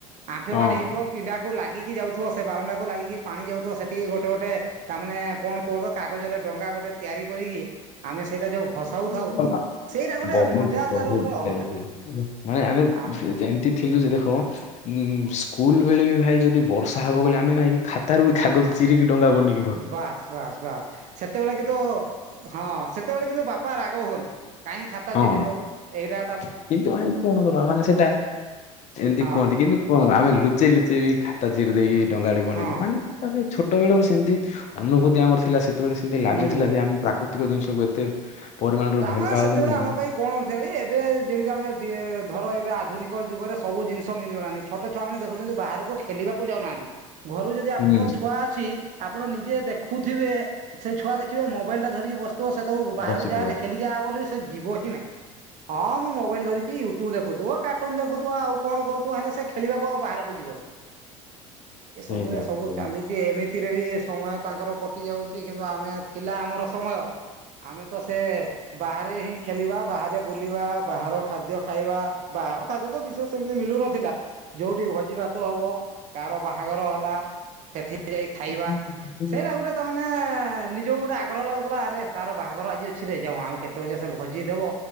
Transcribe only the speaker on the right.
ଆଠୁଁଏ
ପାଣି ହେଇଯିବ। ପିଣ୍ଡାକୁ ଲାଗିକି ଯାଉଥିବ ସେ ବାରଣ୍ଡାକୁ ଲାଗିକି ପାଣି ଯାଉ ଥୁବ ସେଠିକି ଗୋଟେ ଗୋଟେ ତା ମାନେ କଣ କୁହ ତ କାଗଜରେ ଡ଼ଙ୍ଗା ଗୋଟେ ତିଆରି କରିକି। ଆମେ ସେଇଟା ଯୋଉ
ଭସାଉଥାଉ ସେଇଟା ଗୋଟେ
ମଜା
ତାର ଗୋଟେ ଅଲଗା
ଆ
ବାସ୍ ବାସ୍ ବାସ୍ ସେତେବେଳେ କିନ୍ତୁ। ହଁ ସେତେବେଳେ କିନ୍ତୁ ବାପା ରାଗ ହୁଅନ୍ତି କାହିଁ ଖାତା
ଚିରୁଚ ଏଇରା।
ହଁ
ହଁ
ହୁଁ
ତାମାନେ
ସେତେବେଳେ
ଆମ ପାଇଁ କଣ ଥିଲାକି ଏବେ ଯେମିତି ଆମେ ଇଏ ଧର ଏବେ ଆଧୁନିକ ଯୁଗରେ ସବୁ ଜିନିଷ ମିିଳିଗଲାଣି। ଛୋଟ ଛୁଆମାନେ ଦେଖୁଛନ୍ତି ବାହାରକୁ ଖେଲିବାକୁ ଯାଉନାହାନ୍ତି ଘରୁ ଯ ଯଦି ଆପଣଙ୍କର
ଛୁଆ ଅଛି ଆପଣ ନିଜେ ଦେଖୁଥିବେ ସେ ଛୁଆ ଦେଖିବେ ମୋବାଇଲ୍ ଟା ଧରିକି ବ ସିଥିବ ସେତବଳକୁ ବାହାରୁକୁ
ଯାରେ ଖେଲିକି ଆ ବୋଲି ସେ ଯିବ ହି ନାହିଁ। ହଁ ମୁଁ ମୋବାଇଲ୍ ଧରିଚି ୟୁଟ୍ୟୁବ ଦେଖୁଥୁବ କାର୍ଟୁନ୍ ଦେଖୁଥୁବ ଆଉ କଣ କରୁଥିବ ହେଲେ ସେ। ଖେଲିବାକୁ ଆଉ ବାହାରକୁ ଯିବନି।
ଏ ସବୁରା
ସବୁ
ଚାଲି ଚି ଏମିତିରେ ବି ସମୟ ତାଙ୍କର କଟି ଯାଉଚି କିନ୍ତୁ ଆମେ ଥିଲା ଆମର ସମୟ। ଆମେ ତ ସେ। ବାହାରେ ହିଁ ଖେଲିବା ବାହାରେ ବୁଲିବା ବାହାର ଖାଦ୍ୟ ଖାଇବା ବାହାର ଖାଦ୍ୟ ତ ବିଶେଷ୍। ସେମିତି ମିଳୁନଥିଲା ଯୋଉଠି ଭୋଜି ଭାତ ହବ। କାର ବାହାଘର ହେଲା ସେଥିରେ ଯାଇ ଖାଇବା
ସେଇଟା ଗୋଟେ। ତ ମାନେ ନିଜକୁ ଗୋଟେ ଆଗ୍ରହ ଲାଗୁଥିଲା ଆରେ ତାର ବାହାଘର ଆଜି ଅଛି ରେ। ଯାଉଁ ଆମେ କେତେବେଳେ ଯେ ସେ ଭୋଜି ଦବ